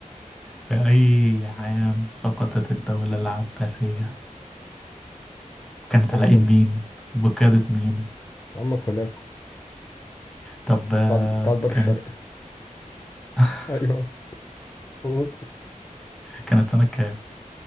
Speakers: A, in the centre; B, on the left.
A: في أي عام سقطت الدولة العباسية وكانت
B: ألف
A: على إيد
B: ومتين
A: مين وبقيادة مين
B: عمك ولاكو
A: طب آه،
B: بتاع بتاع البر
A: كانت
B: الشرقي
A: <laughs>
B: <laughs> أيوه هو
A: كانت سنة كام